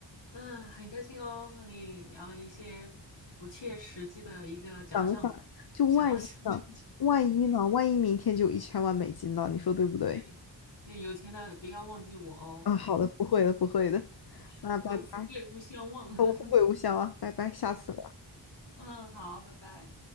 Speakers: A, on the left; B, on the left.
A: 嗯，很开心哦，和你聊了一些不切实际的一个假想
B: 等一下，就万一呢？
A: 假想中钱
B: 万一呢？万一明天就有一千万美金呢？你说对不对？
A: 对，那有钱的不要忘记我哦，
B: 啊，好的，不会的，不会的。
A: <laughs>
B: 那拜拜，
A: 苟富贵勿相忘。<laughs>
B: 我富贵无效啊，拜拜，下次。
A: 嗯，好，拜拜。